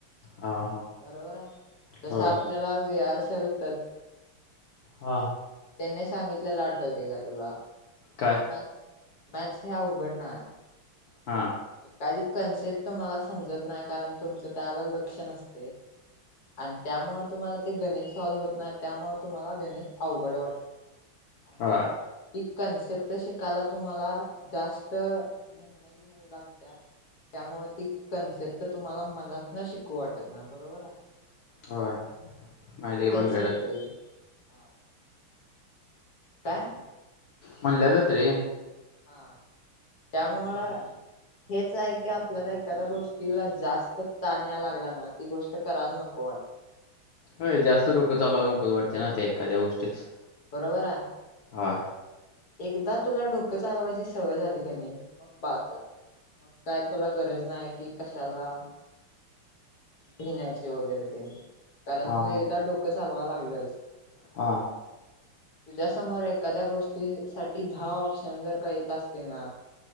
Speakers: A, on the left (about 75°); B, on the left (about 55°).
A: हा हा
B: बरोबर आहे
A: हो
B: जस आपल्याला विहार सरतात.
A: हा.
B: त्यांनी सांगितलेला आटवते का तुला?
A: काय
B: तीन ब्याच. ब्याच ह्या उघडणा
A: हा.
B: एखादी कन्सेप्ट तुम्हाला समजत नाय कारण तुमचं त्याला लक्ष नसतय आणि त्यामुळं तुम्हाला ते गणित सॉल्व होत नाही त्यामुळं तुम्हाला ते गणित अवघड वाटते. आणि
A: होय
B: इत कन्सेप्ट शिकायला तुम्हाला जास्त मेहनत घ्यावी लाग त्या त्यामुळे ती कन्सेप्ट तुम्हाला मनातन शिकू वाटत ना बरोबर आहे.
A: होय माहिती
B: अ
A: म्हणलेलं
B: हेच होतय. हा काय?
A: म्हणल्यालात रे.
B: हा त्यामुळं हेच आहे की आपल्याला एखाद्या गोष्टीला जास्त ताण या लागला ना ती गोष्ट करायला नको वाट
A: होय जास्त डोक चालवा नको वाटते ना ते एखाद्या गोष्टीत.
B: बरोबर आ
A: हा
B: एकदा तुला डोकं चालवायची सवय झाली का नाई मग बाास आ मग काय तुला गरज नाही कि कशाला भिन्याची वगैरे ते कारण
A: हा
B: तू
A: हा
B: एकदा डोक चालवा लागलंस.
A: हा
B: तुझ्यासमोर एखाद्या गोष्टी साठी दहा ऑप्शन जर का येत असतील ना